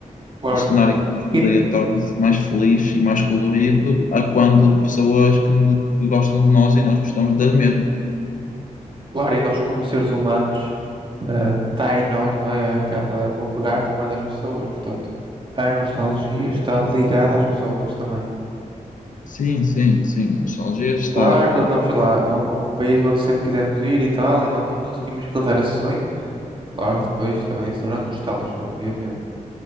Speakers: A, on the right; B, on the left.
A: claro.
B: o cenário que nos
A: E,
B: rodeia torna-se mais feliz e mais colorido a quando de pessoas que, que gostam de nós e nós gostamos das mesmas.
A: claro, e nós, como seres humanos, está em nós, não é? Aquela, o apegarmos mais às pessoas. Portanto, a nostalgia está ligada às pessoas também.
B: Sim, sim, sim, a nostalgia está,
A: Claro, quando vamos lá a um, a um país onde sempre quisemos ir e tal, e, vamos, e conseguimos realizar esse sonho, claro que depois também se torna nostálgico, obviamente,